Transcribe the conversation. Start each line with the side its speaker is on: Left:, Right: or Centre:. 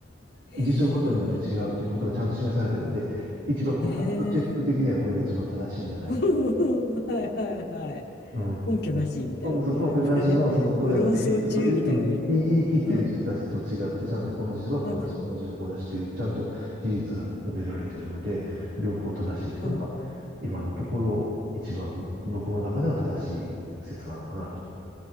Left: へえ、
Right: 辞書ごとによって違うということがちゃんと示されてるんで、一番こう、
Left: へえ。
Right: ファクトチェック的にはこれが一番正しいんじゃないか。
Left: <laughs> はいはいはい。
Right: うん。
Left: 根拠なしみたいなね。
Right: うそう、
Left: なんかね、
Right: 根拠なしの、その、これって、
Left: 論争中みたいなの入れてね。
Right: そういう、うん、言い言い切ってる人たちと違って、
Left: うん、
Right: ちゃんとこの辞書はこうだし、
Left: うん、
Right: この辞書はこうだしっていう、ちゃんと事実が述べられてるので、両方正しいっていうのが、
Left: うん。
Right: 今のところ、一番僕の中では正しい説なのかなと